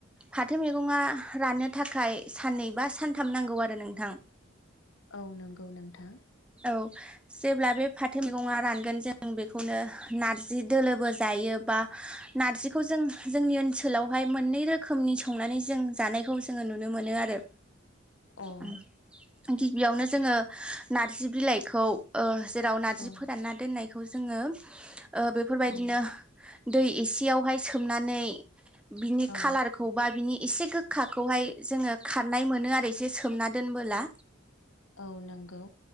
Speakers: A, in the centre; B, on the left.
A: फाथो मेगंआ राननो थाखाय साननै बा सानथाम नांगौ आरो नोंथां।
B: औ नोंगौ नोंथां।
A: औ जेब्ला बे फाथो मेगङा रानगोन जों बेखौनो नारजि दोलोबो जायो बा नारजिखौ जों जोंनि ओनसोलावहाय मोननै रोखोमनि। संनानै जों जानायखौ जोङो नुनो मोनो आरो।
B: अ
A: उम गिबियावनो जोङो नारजि बिलाइखौ ओ। जेराव नारजि
B: औ
A: फोरानना दोननायखौ जोङो ओ बेफोरबायदिनो
B: औ
A: दै एसेयावहाय सोमनानै बिनि
B: औ
A: खालारखौ बा बिनि एसे गोखाखौहाय जोङो खारनाय मोनो आरो एसे सोमना दोनबोला।
B: औ नोंगौ।